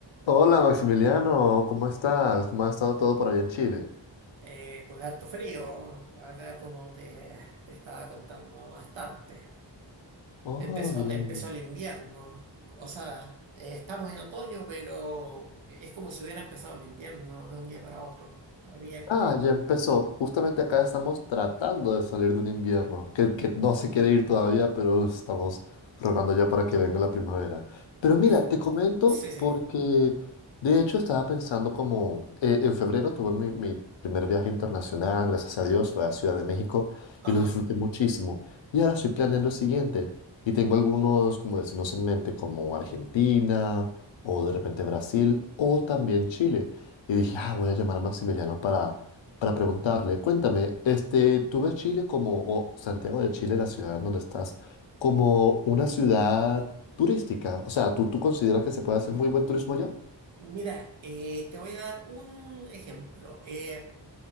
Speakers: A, on the left; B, on the right.
A: Hola Maximiliano, ¿cómo estás? ¿Cómo ha estado todo por allá en Chile?
B: eh, con harto frío, acá como te, te estaba contando bastante.
A: Oh,
B: Empezó,
A: bien.
B: empezó el invierno, o sea, eh, estamos en otoño, pero es como si hubiera empezado el invierno de un día para otro. Había cua...
A: Ah, ya empezó. Justamente acá estamos tratando de salir de un invierno que, que no se quiere ir todavía, pero estamos rogando ya para que venga la primavera. Pero mira,
B: dif-
A: te comento
B: Sí, sí,
A: porque de hecho estaba pensando como eh, en febrero tuve mi, mi primer viaje internacional, gracias a Dios, fue a Ciudad de México
B: ajá.
A: y lo disfruté muchísimo. Y ahora estoy planeando el siguiente y tengo algunos como destinos en mente como Argentina o de repente Brasil o también Chile. Y dije, ah, voy a llamar a Maximiliano para para preguntarle, cuéntame, este, ¿tú ves Chile como, o Santiago de Chile, la ciudad en donde estás, como una ciudad turística? O sea, ¿tú, tú consideras que se puede hacer muy buen turismo allá?
B: Mira, eh, te voy a dar un ejemplo. Eh,